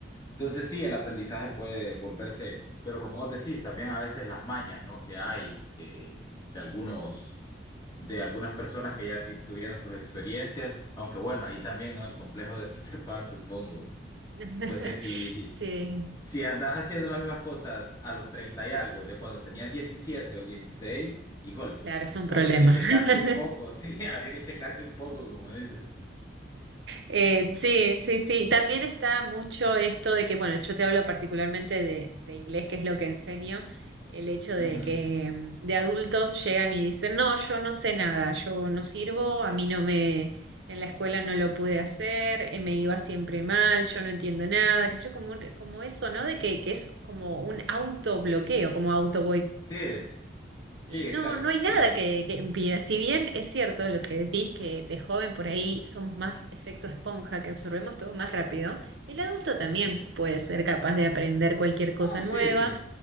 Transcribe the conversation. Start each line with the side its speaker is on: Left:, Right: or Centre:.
Left: Entonces sí, el aprendizaje puede volverse, pero como vos decís, también a veces las mañas, ¿no? Que hay de, de algunos de algunas personas que ya ti- tuvieron sus experiencias, aunque bueno, ahí también, ¿no? El complejo de <laughs> Peter Pan, supongo,
Right: <laughs>
Left: porque si,
Right: Sí,
Left: si andas haciendo las mismas cosas a los 30 y algo, de cuando tenías 17 o dieciséis híjole,
Right: claro, es un problema.
Left: habría que checarse
Right: <laughs>
Left: un poco, <laughs> sí, habría que checarse un poco, como dice.
Right: Eh, sí, sí, sí. También está mucho esto de que, bueno, yo te hablo particularmente de, de inglés, que es lo que enseño, el hecho de
Left: Ujú.
Right: que mm, de adultos llegan y dicen, no, yo no sé nada, yo no sirvo, a mí no me, en la escuela no lo pude hacer, eh, me iba siempre mal, yo no entiendo nada, qué sé yo, como, un- como eso, ¿no? De que, que es como un autobloqueo, como auto
Left: Sí, sí,
Right: y no,
Left: exacto,
Right: no hay
Left: sí,
Right: nada
Left: sí,
Right: que, que impida. Si bien es cierto lo que decís, que de joven por ahí somos más efecto esponja, que absorbemos todo más rápido, el adulto también
Left: sí, sí.
Right: puede ser capaz de aprender cualquier cosa
Left: No, sí,
Right: nueva
Left: sí,